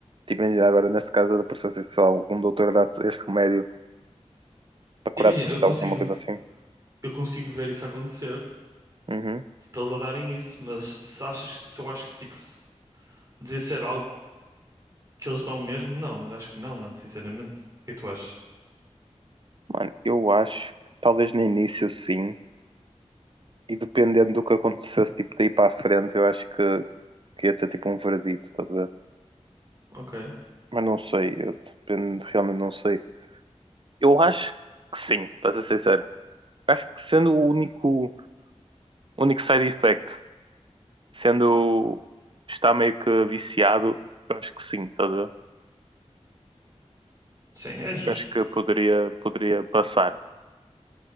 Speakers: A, on the right; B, on the right.
A: Tipo, imagina agora, neste caso da depressão, sei lá, um doutor dá-te este remédio para curar
B: Imagina,
A: a depressão,
B: eu consigo,
A: uma coisa assim.
B: eu consigo ver isso acontecer,
A: Uhum.
B: tipo, eles a darem isso, mas se achas, se eu acho que, tipo, se- devia ser algo Que eles dão mesmo? Não, eu acho que não, mano, sinceramente. O que é que tu achas?
A: Mano, eu acho que talvez no início sim, E dependendo do que acontecesse, tipo, daí para a frente, eu acho que, que ia ter tipo um verdito, estás a ver?
B: Ok.
A: Mas não sei, eu dependo, realmente não sei. Eu acho que sim, para ser sincero. Acho que sendo o único, único side effect, sendo está meio que viciado, eu acho que sim, estás a ver?
B: Sim, é justo.
A: Eu Acho que poderia, poderia passar,